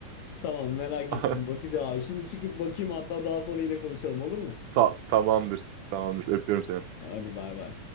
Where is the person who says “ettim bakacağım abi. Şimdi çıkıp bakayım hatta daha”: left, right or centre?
Left